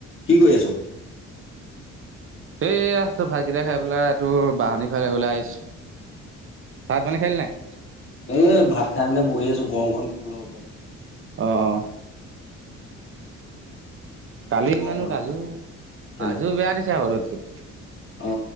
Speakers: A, on the left; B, on the right.
A: কি কৈ আছ?
B: এ তোৰ ভাতকেইটা খাই পেলাই এই তোৰ বাহানিৰ ফালে ওলাই আহিছো। ভাত-পানী খালি নাই?
A: এ ভাত খাই মানে বহি আছো গৰম খনত পোলৰ ওপৰত।
B: অঁ-অ। কালি ইমানো
A: অ',
B: ৰাজু
A: কেলে?
B: ৰাজু বেয়া দিছে ৰদতো।
A: অ